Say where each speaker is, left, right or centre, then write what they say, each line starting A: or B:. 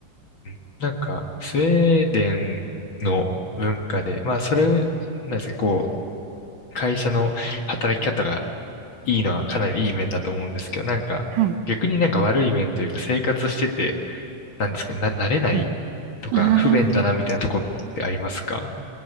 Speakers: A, on the left; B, on the right.
A: うんなんか、スウェーデンの文化で、まあそれ、なんですか、こう、会社の働き方がいいのはかなりいい面だと思うんですけど、なんか、
B: はい。
A: 逆になんか悪い面というか、生活してて、なんですけど、な、慣れないとか、
B: はい。あ
A: 不便だなみたいなとこってありますか